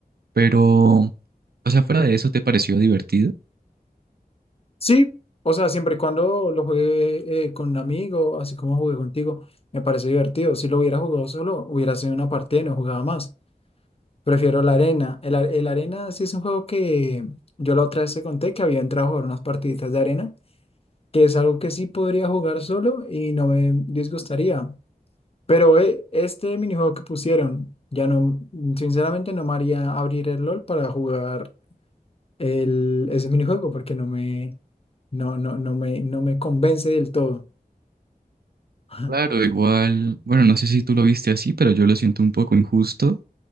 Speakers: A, on the right; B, on the left.
A: Pero, o sea, fuera de eso, ¿te pareció divertido?
B: Sí, o sea, siempre y cuando lo juegue eh, con un amigo, así como jugué contigo, me parece divertido. Si lo hubiera jugado solo, hubiera sido una partida y no jugaba más. Prefiero la arena. El, ar- el arena sí es un juego que yo la otra vez te conté que había entrado a jugar unas partiditas de arena, que es algo que sí podría jugar solo y no me disgustaría. Pero eh, este minijuego que pusieron, ya no, sinceramente no me haría abrir el LOL para jugar el, ese minijuego porque no me, no, no, no me, no me convence del todo. <laughs>
A: Claro, igual, bueno, no sé si tú lo viste así, pero yo lo siento un poco injusto